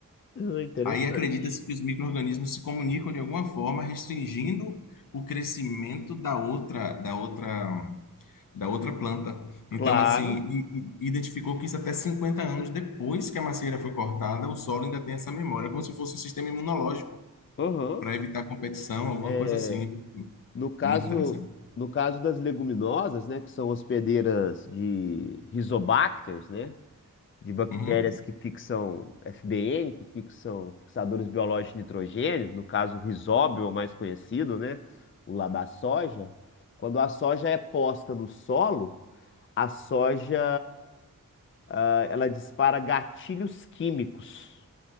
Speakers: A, on the left (about 40°); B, on the left (about 75°).
A: Ah, interessante.
B: Aí acredita-se que os micro-organismos se comunicam de alguma forma, restringindo o crescimento da outra, da outra da outra planta.
A: Claro.
B: Então, assim, e- e- identificou que isso até 50 anos depois que a macieira foi cortada, o solo ainda tem essa memória, como se fosse um sistema imunológico
A: Aham.
B: para evitar competição, alguma
A: É,
B: coisa assim.
A: No caso,
B: Muito interessante.
A: no caso das leguminosas, né, que são hospedeiras de rizobacters, né, de bactérias
B: Uhum.
A: que fixam FBN, que fixam fixadores biológicos de nitrogênio, no caso o rizóbio, o mais conhecido, né, o lá da soja, quando a soja é posta no solo, a soja, ah, ela dispara gatilhos químicos